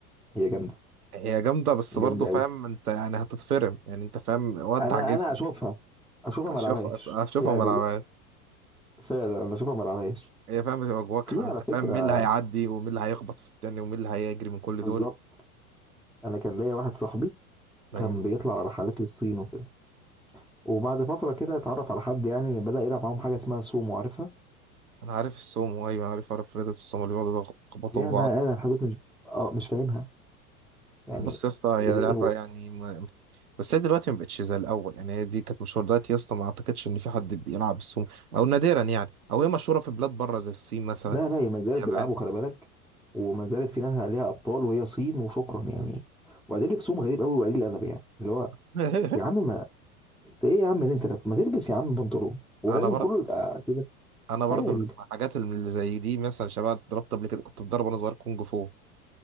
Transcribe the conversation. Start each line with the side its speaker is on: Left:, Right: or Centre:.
Centre: هي جامده
Right: هي جامده بس برضه
Centre: جامده
Right: فاهم
Centre: قوي
Right: انت يعني هتتفرم يعني انت فاهم ودع
Centre: انا
Right: جسمك
Centre: انا اشوفها اشوفها ما
Right: اشوف
Centre: العبهاش
Right: اشوفها
Centre: يعني
Right: ما العبهاش
Centre: فعلا انا اشوفها ما العبهاش
Right: هي فاهم بتبقى جواك
Centre: في
Right: انت
Centre: على فكره
Right: فاهم مين اللي هيعدي ومين اللي هيخبط في التاني ومين اللي هيجري من كل
Centre: بالظبط
Right: دول
Centre: انا كان ليا واحد صاحبي كان
Right: ايوه
Centre: بيطلع رحلات للصين وكده وبعد فتره كده اتعرف على حد يعني بدا يلعب معاهم حاجه اسمها سومو عارفها
Right: انا عارف السومو ايوه انا عارف عارف رياضه السومو اللي بيقعدوا يخبطوا
Centre: لعبه
Right: في بعض
Centre: انا لحد دلوقتي مش اه مش فاهمها يعني
Right: بص يا اسطى هي
Centre: إيه ده؟ إيه
Right: لعبة
Centre: هو
Right: يعني ما... بس هي دلوقتي ما بقتش زي الأول يعني هي دي كانت مشهورة دلوقتي يا اسطى ما أعتقدش إن في حد بيلعب السومو أو نادرا يعني أو هي مشهورة في بلاد بره زي الصين مثلا
Centre: لا لا هي ما زالت
Right: اليابان
Centre: بيلعبوا خلي بالك وما زالت في ناس عليها ابطال وهي صين وشكرا يعني وبعدين لبسهم غريب قوي وقليل ادب يعني اللي هو
Right: <laughs>
Centre: يا عم ما انت ايه يا عم اللي انت لابس ما تلبس يا عم بنطلون هو
Right: أنا
Centre: لازم
Right: برضه
Centre: كله يبقى كده
Right: أنا برضه
Centre: حاجه غريبه
Right: اللي- الحاجات اللي زي دي مثلا شباب اتضربت قبل كده كنت بتضرب وأنا صغير كونج فو